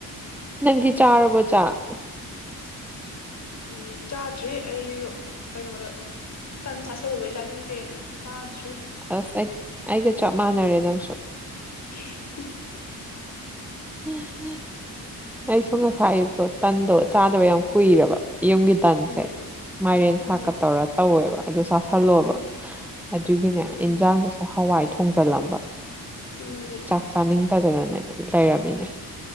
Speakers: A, in the centre; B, on the left (about 50°).
A: ꯅꯪꯗꯤ ꯆꯥꯔꯕꯣ ꯆꯥꯛ
B: ꯎꯝ ꯆꯥꯗ꯭ꯔꯤ ꯑꯩ ꯀꯩꯅꯣꯗꯥ ꯇꯟ ꯆꯥꯥꯁꯜꯂꯨꯕꯩ ꯆꯥꯅꯤꯡꯗꯦꯅꯥ ꯆꯥꯗ꯭ꯔꯤ
A: ꯑꯁ ꯑꯩ ꯑꯩꯒꯥ ꯆꯞ ꯃꯥꯟꯅꯔꯦ ꯅꯪꯁꯨ
B: <unintelligible>
A: <unintelligible> ꯑꯩꯁꯨ ꯉꯁꯥꯢ ꯑꯌꯨꯛꯇꯣ ꯇꯟꯗꯣ ꯆꯥꯗꯥꯕ ꯌꯥꯝ ꯀꯨꯏꯔꯕ ꯌꯨꯝꯒꯤ ꯇꯟꯁꯦ
B: ꯎꯝ
A: ꯃꯥꯏꯔꯦꯟ
B: ꯎꯝ
A: ꯁꯥꯛꯀ ꯇꯧꯔ ꯇꯧꯋꯦꯕꯥ ꯑꯗꯨ ꯆꯥꯁꯜꯂꯣꯕ
B: ꯎꯝ
A: ꯑꯗꯨꯒꯤꯅꯦ
B: ꯎꯝ
A: ꯏꯟꯖꯥꯡꯗꯨꯁꯨ ꯍꯋꯥꯏ ꯊꯣꯡꯖꯜꯂꯝꯕ
B: ꯎꯝꯍꯝ
A: ꯆꯥꯅꯤꯡꯗꯥꯗꯅꯅꯦ ꯂꯩꯔꯝꯃꯤꯅꯦ